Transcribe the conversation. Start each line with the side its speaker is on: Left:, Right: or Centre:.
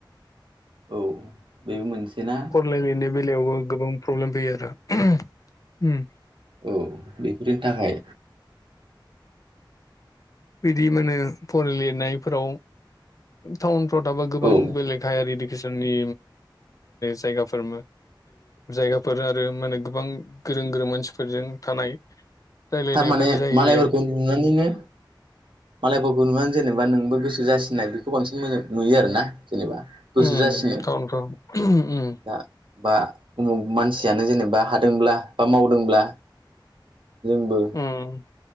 Right: औ बेबो मोनसे ना
Left: फरायलायनायनि बेलायावबो गोबां प्रब्लेम फैयो आरो। ओम।
Right: औ बेफोरनि थाखाय
Left: बिदि मोनो फराय लिरनायफोराव टाउन थाबा गोबां
Right: औ
Left: बेलेखायारि जोंनि जायगाफोर जायगाफोर आरो माने गोबां गोरों गोरों मानसिफोरजों थानाय रायलायनायफोर
Right: थारमाने
Left: जायो
Right: मालायफोरखौ नुनानैनो मालायफोरखौ नुनानै जेनेबा नोंबो गोसो जासिनाय बेखौ बांसिन मोजां नुयो आरो ना जेनेबा गोसो
Left: उम
Right: जासिनो
Left: टाउनफ्राव उम
Right: दा बा उमुख मानसियानो जेनेबा बा हादोंब्ला बा मावदोंब्ला जोंबो
Left: उम